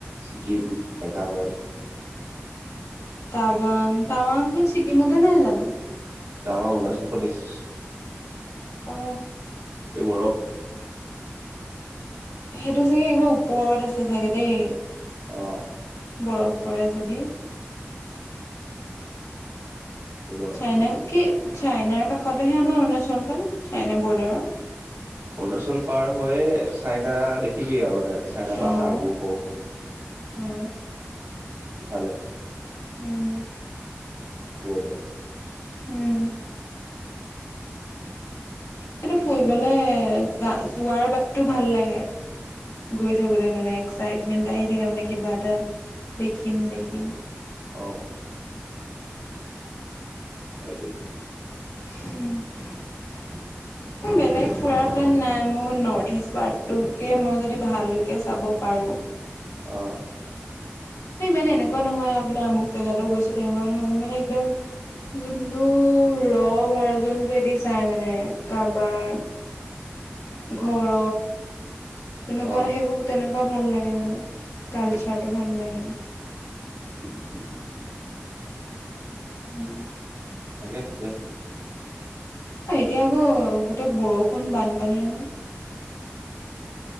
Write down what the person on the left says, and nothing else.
টাৱাং টাৱাংখন ছিকিমতে নাই জানো?
অ
সেইটো চাগে একেবাৰে ওপৰত আছে চাগে দেই
বৰফ পৰে যদি
চাইনা কি চাইনাৰ কাষতেহে আমাৰ অৰুণাচলখন চাইনা বৰ্ডাৰৰ
অ',
অ'।
উম।
উম। এইটো ফুৰিবলে যা- যোৱাৰ বাটটো ভাল লাগে। গৈ থাকোতে মানে এক্সাইটমেন্ট এটা আহি থাকে মানে কিবা এটা দেখিম দেখিম।
এ বেলেগ ফুৰাৰ প্লেন নাই মোৰ। নৰ্থইষ্ট পাৰ্টটোকে মই যদি ভালকে চাব পাৰোঁ।
ইমান এনেকুৱা নহয় আও বোলে আমুক জেগাতো গৈছিলো তেনেকুৱা নহয়। মোৰ মানে একদম যোনটো ৰ' ভাৰ্জনটোয়েদি চাই মানে কাবাৰ ঘৰৰ তেনেকুৱা
সেইবোৰ তেনেকুৱা ভাল লাগে মানে। কালচাৰটো ভাল লাগে।
উম।
অ' এতিয়া আকৌ গোটেই বৰষুণ বানপানী নহয়।